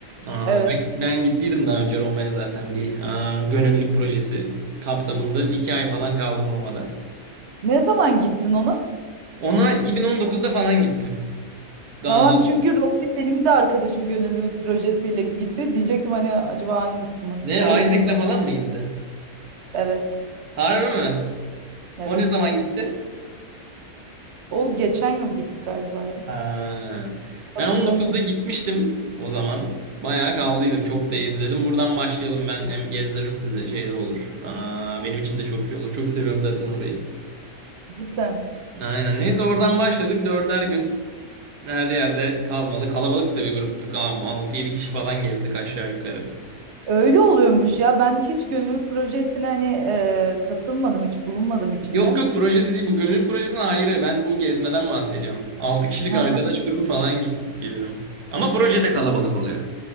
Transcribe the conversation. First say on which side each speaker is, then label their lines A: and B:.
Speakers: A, on the right (about 85°); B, on the right (about 55°).
A: Aa,
B: Evet.
A: ben, ben gittiydim daha önce Roma'ya zaten bir aa, gönüllülük projesi kapsamında iki ay falan kaldım Roma'da.
B: Ne zaman gittin ona?
A: Ona 2019'da falan gittim.
B: Tamam
A: Daha
B: çünkü Roma'ya benim de arkadaşım gönüllülük projesiyle gitti. Diyecektim hani acaba aynısı mı?
A: ne
B: O yakın
A: Isaac'le
B: zaman.
A: falan mı gitti?
B: Evet.
A: Harbi mi?
B: Evet.
A: O ne zaman gitti?
B: O geçen yıl gitti galiba ya.
A: Ha.
B: Hatırlamıyorum.
A: Ben 19'da gitmiştim o zaman. Bayağı kaldıydım. Çok da iyiydi dedim. Buradan başlayalım. Ben hem gezdiririm size. Şey de olur. Aa, benim için de çok iyi olur. Çok seviyorum zaten orayı.
B: Cidden.
A: Aynen. Neyse oradan başladık. Dörder gün her yerde kalmalı. Kalabalık da bir gruptuk. Abi. 6-7 kişi falan gezdik aşağı yukarı.
B: Öyle oluyormuş ya. Ben hiç gönüllülük projesine hani e, katılmadım, hiç bulunmadım içinde.
A: Yok yok proje değil. Bu gönüllülük projesine ayrı. Ben bu gezmeden bahsediyorum. 6 kişilik
B: He,
A: arkadaş grubu falan gittik diyorum. Ama projede kalabalık oluyor.